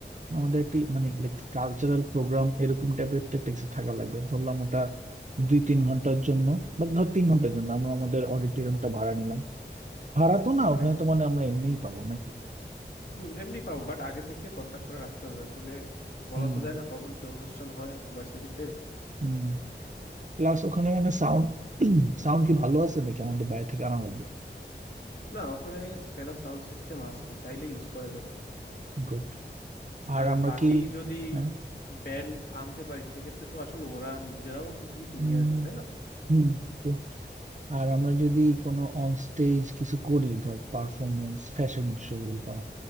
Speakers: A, on the right; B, on the left.
A: আমাদের একটি মানে লাইক কালচারাল প্রোগ্রাম এরকম টাইপের তো একটা কিছু থাকা লাগবে ধরলাম ওটা
B: হুম
A: দুই তিন ঘন্টার জন্য বা ধর তিন ঘন্টার জন্য আমরা আমাদের অডিটোরিয়ামটা ভাড়া নিলাম ভাড়া তো না
B: ওকে
A: ওখানে তো মানে আমরা এমনিই পাবো নাকি
B: হুম এমনি পাবো বাট আগে থেকে কন্টাক্ট করে রাখতে হবে আসলে বলা
A: হুম
B: তো যায় না কখন কি অনুষ্ঠান হয় ভার্সিটিতে
A: হুম প্লাস ওখানে মানে সাউন্ড সাউন্ড কি ভালো আছে নাকি আমাদের বাইরে থেকে আনা লাগবে
B: না ওখানে এনা সাউন্ড সিস্টেম আছে চাইলে ইউজ করা যাবে
A: গুড আর
B: আর
A: আমরা
B: বাকি
A: কি
B: যদি
A: হ্যাঁ
B: ব্যান্ড আনতে পারি সেক্ষেত্রে তো আসলে ওরা নিজেরাও কিছু কিছু
A: হুম
B: নিয়ে আসবে তাই না
A: হুম তো আর আমরা যদি কোনো অন স্টেজ কিছু করি ধর পারফরমেন্স ফ্যাশন শো বা